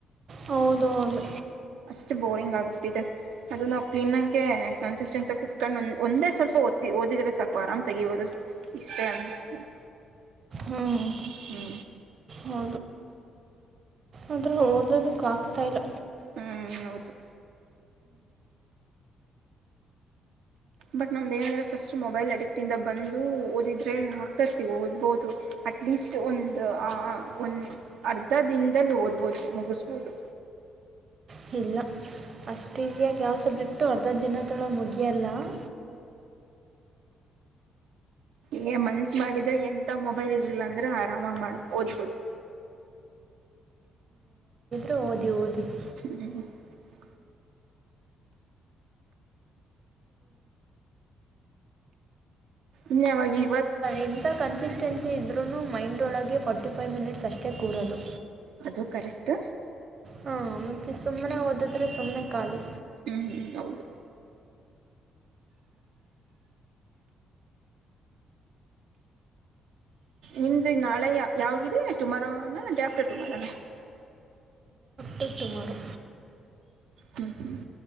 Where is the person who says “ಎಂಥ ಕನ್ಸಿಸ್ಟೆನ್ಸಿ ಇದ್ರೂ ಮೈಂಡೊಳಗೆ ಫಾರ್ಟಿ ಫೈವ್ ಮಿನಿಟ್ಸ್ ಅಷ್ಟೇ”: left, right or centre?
Right